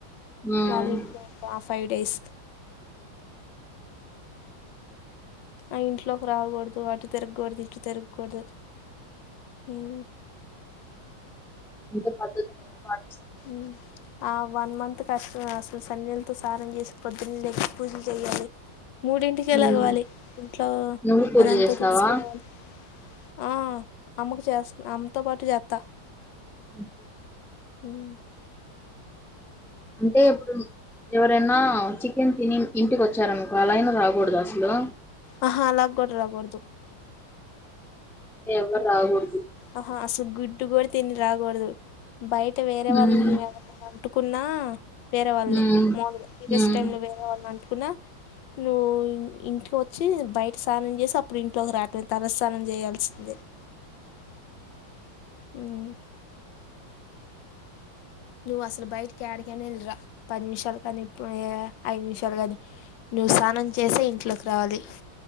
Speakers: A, in the centre; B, on the left.
A: హ్మ్
B: వాళ్ళ ఇంట్లో ఆ ఫైవ్ డేస్ ఆ ఇంట్లోకి రాకూడదు అటు తిరగకూడదు ఇటు తిరగకూడదు హ్మ్
A: ఇంత పద్ధతి లేద్ పాడ్
B: ఉమ్ ఆ వన్ మంత్ కష్టమే అసలు సన్నీలతో సానం చేసి పొద్దున్న లేసి పూజల్ చేయ్యాలి మూడింటికె
A: హ్మ్
B: లెగవాలి ఇంట్లో
A: నువ్వు పూజ
B: అదంతా
A: చేస్తావా
B: తుడుసుకోవాలి ఆ అమ్మకు చేస్ అమ్మతో పాటు చెత్త
A: అఓ
B: ఉమ్
A: అంటే ఇప్పుడు ఎవరైనా చికెన్ తిని ఇంటికి వచ్చారనుకో అలాయినా రాకూడద అసలు
B: ఆహా అలాగ్ కుడ్ రాకూడ్దు
A: ఎవర్రాకూడదు
B: ఆహా అసలు గుడ్డు కూడా తిని రాకూడదు బయట వేరే
A: హ్మ్
B: వాళ్ళని నువె ఎవ అంటుకున్నా వేరే వాళ్నె
A: హ్మ్
B: మముల్గా పిరియస్
A: హ్మ్
B: టైమ్ లో వేరే వాళ్ళని అంటుకున్నా నువ్వు ఇంటికొచ్చి బయట స్నానం చేసి అప్పుడు ఇంట్లోకి రాటమే తలస్థనం చేయాల్సిందే ఉమ్ నువ్ అసలు బయట్ క్యడికైనా ఎల్లిర్రా పది నిమిషాలు కని ప్పుయే ఐదు నిమిషాలు కని నువ్వు స్నానం చేసే ఇంట్లోకి రావాలి